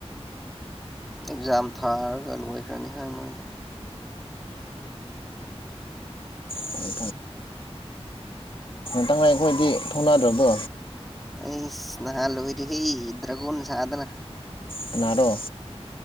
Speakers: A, in the centre; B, on the left (about 55°).
A: ꯑꯦꯛꯖꯥꯝ ꯊꯥꯔꯒ ꯂꯣꯏꯈ꯭ꯔꯅꯤ ꯍꯥꯏꯣꯏ ꯃꯣꯏꯗꯤ
B: ꯐꯩ ꯇꯪ ꯂ ꯑꯩꯈꯣꯏꯗꯤ ꯊꯧꯅꯗ꯭ꯔꯕꯣ
A: ꯑꯩ ꯏꯁꯅꯍꯥ ꯂꯣꯏꯔꯤ ꯍ ꯏꯗ꯭ꯔ ꯀꯅ ꯁꯥꯗꯅ
B: ꯀꯅꯔꯣ